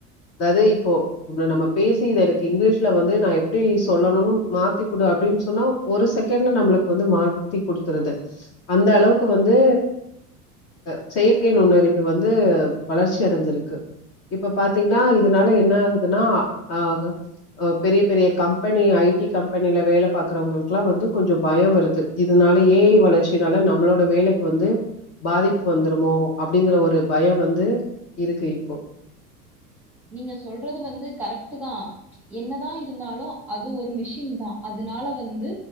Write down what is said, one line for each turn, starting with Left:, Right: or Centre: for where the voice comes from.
Left: தது இப்போ இது நம்ம பேசி இத எனக்கு இங்கிலீஷ்ல வந்து நா எப்டி சொல்லணுன் மாத்திக் குடு அப்டின்னு சொன்னா ஒரு செகண்ட்ல நம்மளுக்கு வந்து மாத்தி குடுத்துருது அந்த அளவுக்கு வந்து ஆ செயற்கை நுண்ணறிவு வந்து வளர்ச்சி அடஞ்சிருக் க்கு இப்ப பாத்தீங்னா இதனால என்ன ஆகுதுன்னா ஆ ஆ பெரிய பெரிய கம்பனி ஐ டி கம்பனில வேல பாக்கறவங்களுகல்லா வந்து கொஞ்சோ பயோ வருது இதுனால ஏ ஐ வளர்ச்சினால நம்மளோட வேலைக்கு வந்து பாதிப்பு வந்துருமோ அப்டிங்கற ஒரு பயோ வந்து இருக்கு இப் போ
Centre: நீங்க சொல்றது வந்து கரக்ட்டு தா என்னதா இருந்தாலு அது ஒரு மிஷின் தா அதனால வந்து